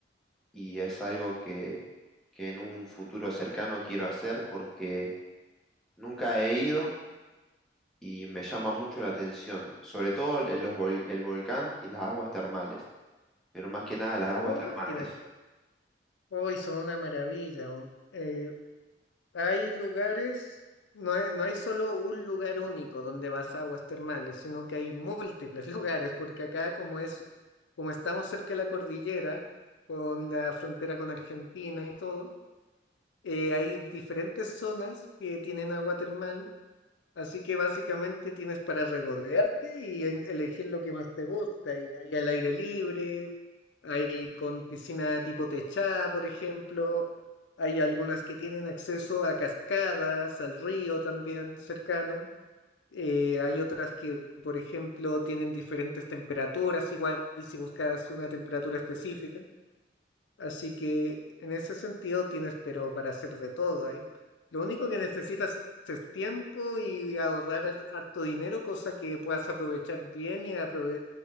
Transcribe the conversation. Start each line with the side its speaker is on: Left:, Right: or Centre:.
Centre: y es algo que, que en un futuro cercano quiero hacer porque nunca he ido. y me llama mucho la atención, sobre todo el, los vol- el volcán y las aguas termales, pero más que nada las aguas
Left: Oh,
Centre: termales.
Left: tienes Hoy son una maravilla. ¿no? Eh, hay lugares, no, he- no hay solo un lugar único donde vas a aguas termales, sino que hay múltiples <laughs> lugares, porque acá como es, como estamos cerca de la cordillera, con la frontera con Argentina y todo, eh, hay diferentes zonas que tienen agua termal, así que básicamente tienes para regodearte y en- elegir lo que más te gusta. Y hay al aire libre, hay con piscina tipo techada, por ejemplo. Hay algunas que tienen acceso a cascadas, al río también cercano. Eh, hay otras que, por ejemplo, tienen diferentes temperaturas, igual si buscas una temperatura específica. Así que en ese sentido tienes, pero para hacer de todo ahí. Lo único que necesitas es tiempo y ahorrar al- harto dinero, cosa que puedas aprovechar bien y, aprove-